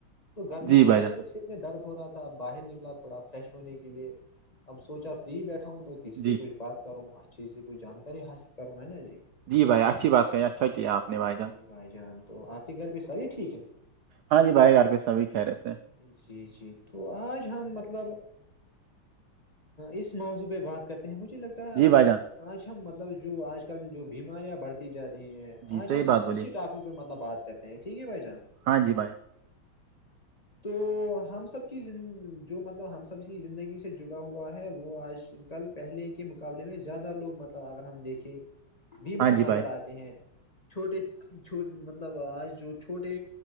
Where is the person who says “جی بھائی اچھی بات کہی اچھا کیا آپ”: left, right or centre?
Right